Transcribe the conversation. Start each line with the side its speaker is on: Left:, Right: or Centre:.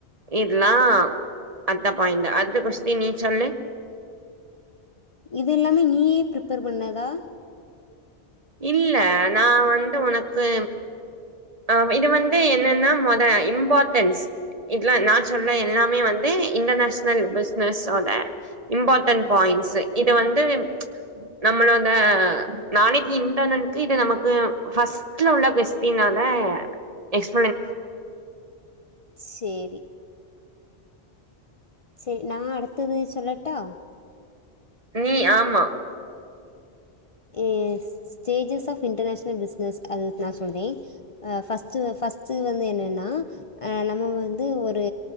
Right: இதெல்லா அடுத்த பாயிண்ட் அடுத்த கொஸ்டின் நீ சொல்லு
Left: இதெல்லாமே நீயே ப்ரிப்பேர் பண்ணதா
Right: இல்ல நா வந்து ஒனக்கு அ இது வந்து என்னன்னா மொத இம்பார்ட்டன்ஸ் இதுலா நேச்சுரல்ல எல்லாமே வந்து இன்டர்நேஷனல் பிசினஸ்வோட இம்பார்ட்டன்ட் பாயிண்ட் இத வந்து நம்மளோட நாளைக்கு இன்டர்நெக்கு இது நமக்கு ஃபர்ஸ்ட்ல உள்ள கொஸ்டினால எக்ஸ்
Left: சேரி சேரி நா அடுத்தது சொல்லட்டா
Right: நீ ஆமா
Left: yes stages of international business அது நா சொல்றே ஆ ஃபர்ஸ்ட்டு ஃபர்ஸ்ட் வந்து என்னன்னா நம்ம வந்து ஒரு